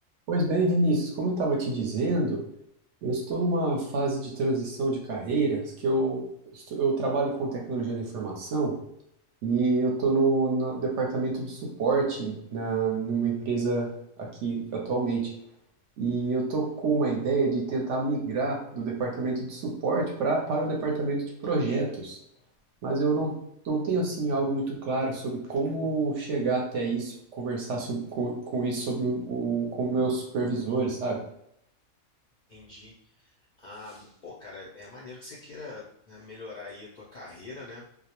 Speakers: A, on the right; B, on the left.
A: Pois bem, Vinícius, como eu estava te dizendo, eu estou numa fase de transição de carreiras que eu, estou- eu trabalho com tecnologia da informação e eu estou no, no departamento de suporte na, numa empresa aqui atualmente. E eu estou com uma ideia de tentar migrar do departamento de suporte pra, para o departamento de projetos, mas eu não, não tenho assim algo muito claro sobre como chegar até isso, conversar sobre, com, com isso sobre o, com o meu supervisor sabe?
B: Entendi. Ah, pô, cara, é maneiro que você queira, né, melhorar aí a tua carreira, né?